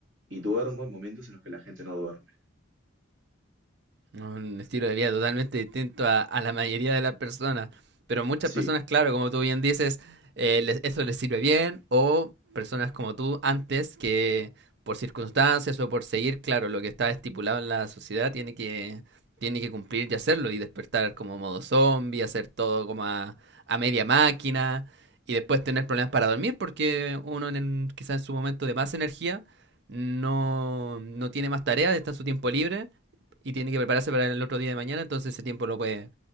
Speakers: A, on the right; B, on the right.
A: y duermo en momentos en los que la gente no duerme.
B: Un estilo de vida totalmente distinto a, a la mayoría de las personas. Pero muchas
A: Sí,
B: personas, claro, como tú bien dices, eh, les- eso les sirve bien. O personas como tú antes que por circunstancias o por seguir, claro, lo que está estipulado en la sociedad tiene que, tiene que cumplir y hacerlo. Y despertar como modo zombie, hacer todo como a, a media máquina. Y después tener problemas para dormir porque uno en el- quizás en su momento de más energía no, no tiene más tareas, está en su tiempo libre y tiene que prepararse para el otro día de mañana, entonces ese tiempo lo puede